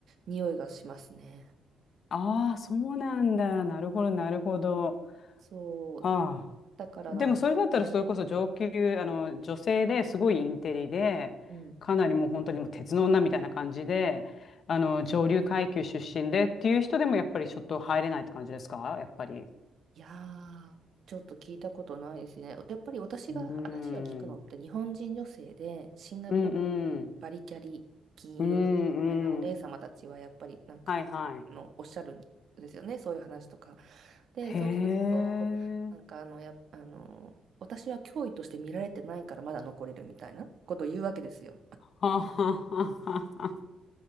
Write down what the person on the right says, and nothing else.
匂いがしますね。
そう。
だからなんか、
うん。
いやー、ちょっと聞いたことないですね。やっぱり私が話を聞くのって日本人女性でシンガポールでバリキャリ金融みたいなお姉様たちはやっぱりなんか
あのおっしゃるんですよね、そういう話とか。で、
そうすると、なんかあのやあの私は脅威として見られてないからまだ残れるみたいなことを言うわけですよ。